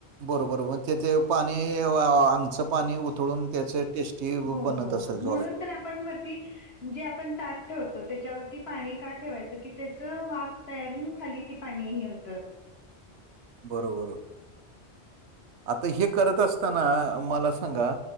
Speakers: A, on the right; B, on the left.
A: बरोबर म तेथ ते पाणी आंगचं पाणी उथळून त्याचे टेस्टी
B: हो
A: बनत
B: हो
A: असेल
B: हो म्हणून
A: जोरात.
B: तर आपण वरती, जे आपण ताठ ठेवतो. त्याच्यावरती पाणी का ठेवायचं की त्याच वाफ तयार होवून खाली ते पाणी हे होत.
A: बरोबर. आता हे करत असताना मला सांगा?